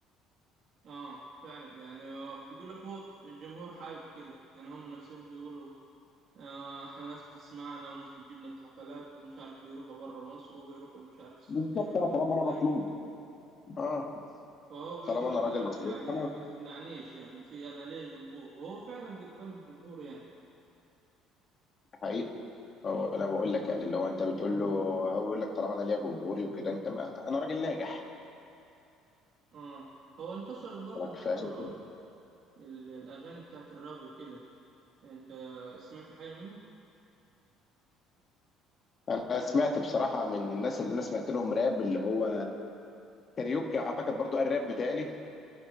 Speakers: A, on the right; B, on the left.
A: آه فعلا يعني آه، بيقول لك هو الجمهور حابب كده يعني هم نفسهم بيقولوا آه، احنا ناس بتسمعنا وناس بتجيبنا في حفلات ومش عارف بيروحوا بره مصر وبيروحوا مش عارف السعودية
B: بالظبط
A: بيروحوا
B: أنا طالما
A: دبي
B: أنا مطلوب اه
A: فهو بيقول
B: طالما أنا
A: لك
B: راجل
A: لا
B: مطلوب
A: يعني
B: خلاص
A: ما تمنعنيش يعني في انا ليه جمهور وهو فعلا بيقبلهم جمهور يعني
B: حقيقي هو أنا بقول لك يعني اللي هو أنت بتقول له هو بيقول لك طالما أنا ليا جمهوري وكده أنت ما أنا راجل ناجح
A: اه هو انتشرت برضه
B: لك
A: فترة
B: فاهم
A: ال- الاغاني بتاعت الراب وكده انت سمعت حاجة منهم
B: أنا سمعت بصراحة من الناس اللي أنا سمعت لهم راب اللي هو كاريوكي أعتقد برضو قال راب متهيألي